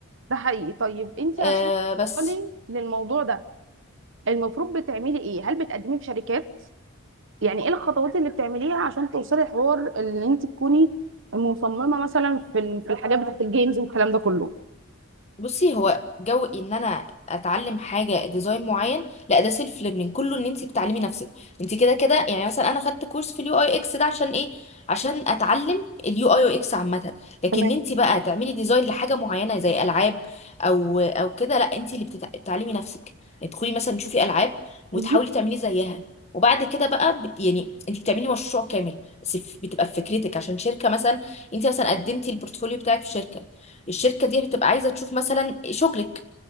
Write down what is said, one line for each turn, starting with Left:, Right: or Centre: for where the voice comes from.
Right: ده حقيقي طيب انت
Left: أه
Right: عشان توصلي
Left: بس
Right: للموضوع ده المفروض بتعملي ايه هل بتقدمي في شركات يعني ايه الخطوات اللي بتعمليها عشان توصلي الحوار اللي انت تكوني مصممة مثلا في ال- في الحاجات بتاعت الجيمز والكلام ده كله
Left: بصي هو جو ان انا اتعلم حاجه ديزاين معين لا ده سيلف ليرنينج كله ان انت بتعلمي نفسك انت كده كده يعني مثلا انا خدت كورس في اليو اي اكس ده عشان ايه عشان اتعلم اليو اي اكس عامه لكن
Right: تمام
Left: انت بقى تعملي ديزاين لحاجه معينه زي العاب او او كده لا انت اللي بتتع- بتعلمي نفسك تدخلي مثلا تشوفي العاب وتحاولي
Right: مهم.
Left: تعملي زيها وبعد كده بقى بت... يعني انت بتعملي مشروع كامل بس بتبقى بفكرتك عشان شركه مثلا انت مثلا قدمتي البورتفوليو بتاعك في شركه الشركه دي بتبقى عايزه تشوف مثلا شغلك